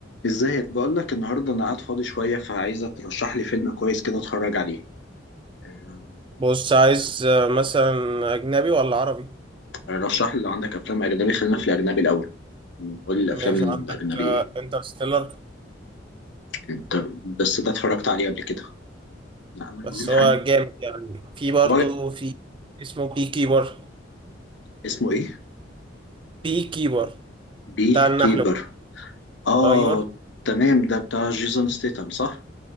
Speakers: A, on the left; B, on the right.
A: ازيك بقول لك النهارده انا قاعد فاضي شويه فعايزك ترشح لي فيلم كويس كده اتفرج عليه آه،
B: بص عايز آه، مثلا أجنبي ولا عربي؟
A: رشح لي لو عندك افلام اجنبي خلينا في الاجنبي الاول قول لي الافلام
B: ماشي عندك
A: الاجنبي ايه
B: انترستيلر
A: انت بس ده اتفرجت عليه قبل كده لا انا عايزين
B: بس هو
A: حاجه
B: جامد يعني في برضه
A: هو
B: في اسمه بي كيبر
A: اسمه ايه
B: بي كيبر
A: بي
B: بتاع النحل
A: كيبر اه
B: أيوه
A: تمام ده بتاع جيسون ستيتم صح